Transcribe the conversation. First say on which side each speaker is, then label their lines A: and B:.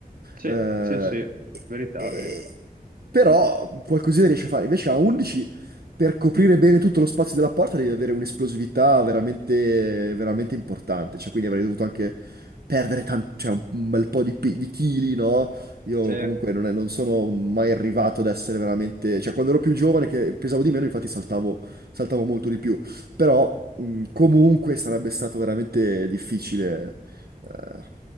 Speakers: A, on the right; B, on the right.
A: Sì,
B: Eh,
A: sì, sì,
B: e-
A: verità,
B: e-
A: verità.
B: però qualcosina riesci a fare. Invece a 11 per coprire bene tutto lo spazio della porta devi avere un'esplosività veramente, veramente importante. Cioè, quindi avrei dovuto anche perdere tan- cioè, un un bel po' di, pe- di chili, no? Io
A: Sì. Eh,
B: comunque non, è- non sono mai arrivato ad essere veramente... Cioè, quando ero più giovane, che pesavo di meno, infatti saltavo, saltavo molto di più. Però, mh, comunque, sarebbe stato veramente difficile. eh.